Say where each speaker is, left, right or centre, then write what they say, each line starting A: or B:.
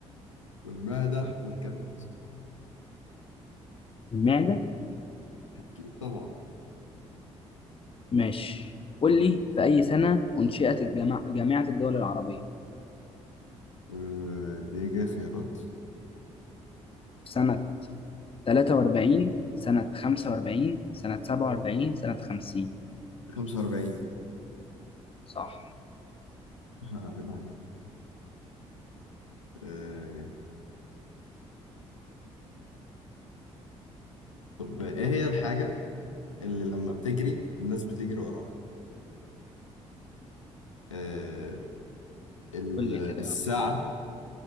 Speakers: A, on the left; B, on the left.
A: والمعدة والكبد
B: المعدة
A: أكيد طبعا
B: ماشي قول لي في اي سنة انشئت الجامعة جامعة الدول العربية
A: آه، دي كده خيارات
B: سنة تلاتة وأربعين سنة خمسة وأربعين سنة سبعة وأربعين سنة خمسين
A: 45
B: صح
A: عيب عليك آه، طب إيه هي الحاجة اللي لما بتجري الناس بتجري وراها آه، ال-
B: قول لي كده
A: الساعة